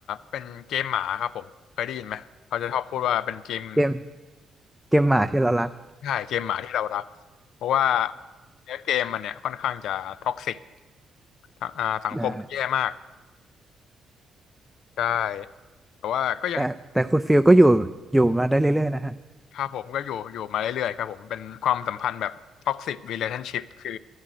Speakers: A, on the left (about 75°); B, in the centre.
A: เป็นเกมหมาครับผมเคยได้ยินไหมเขาจะชอบพูดว่าเป็นเกม
B: เกมเกมหมาที่เรารัก
A: ใช่เกมหมาที่เรารักเพราะว่าเนื้อเกมมันเนี่ยค่อนข้างจะท็อกซิกอ่าสังคมมันแย่มาก
B: ใช่
A: ใช่แต่ว่าก็ยัง
B: แต่แต่คุณฟิลก็อยู่อยู่มาได้เรื่อยๆนะฮะ
A: ครับผมก็อยู่อยู่มาเรื่อยๆครับผมเป็นความสัมพันธ์แบบท็อกซิกรีเลชั่นชิพคือ